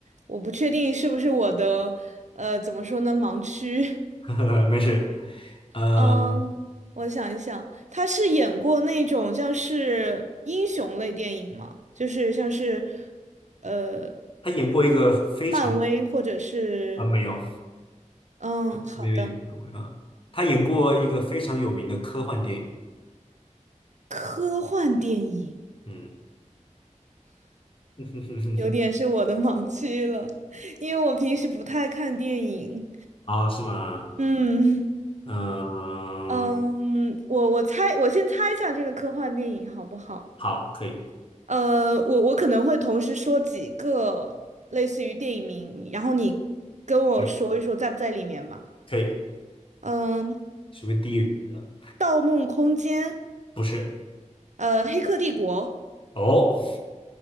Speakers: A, on the right; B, on the left.
A: 我不确定是不是我的，呃，怎么说呢，盲区。<laughs>
B: 嗯，<laughs> 没事。嗯。
A: 嗯，我想一想，他是演过那种像是英雄类电影吗？就是像是，呃，
B: 他演过一个非常
A: 漫嗯威或者是，
B: 啊、没有
A: 嗯，好的，
B: 没有演过啊，他演过一个非常有名的科幻电影，
A: 科幻电影。
B: 嗯，<laughs>
A: 有点是我的盲区了，<laughs> 因为我平时不太看电影。
B: 啊是吗？
A: 嗯
B: 嗯，
A: 嗯，我我猜，我先猜一下这个科幻电影好不好？
B: 好，可以
A: 呃，我我可能会同时说几个类似于电影名，然后你跟我说一说在不在里面吧。
B: 可以可以，
A: 嗯，
B: 属于第一人的，
A: 《盗梦空间》
B: 不是
A: 呃，《黑客帝国》
B: 哦